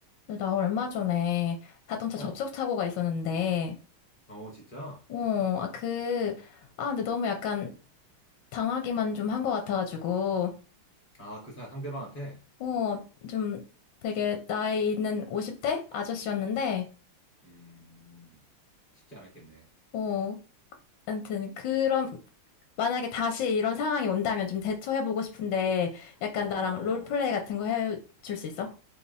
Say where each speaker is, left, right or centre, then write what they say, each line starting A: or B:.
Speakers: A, on the left (about 65°); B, on the left (about 30°).
A: 근데 나 얼마 전에 자동차
B: 어,
A: 접속 사고가 있었는데,
B: 어, 진짜?
A: 어, 아, 그, 아, 근데 너무 약간 당하기만 좀 한 것 같아가지고,
B: 아, 그 사, 상대방한테?
A: 어, 좀 되게 나이 있는 50대 아저씨였는데,
B: 음, 쉽지 않았겠네.
A: 어, 아무튼 그런, 만약에 다시 이런 상황이 온다면 좀 대처해보고 싶은데, 약간
B: 어, 어,
A: 나랑 롤플레이 같은 거 해줄 수 있어?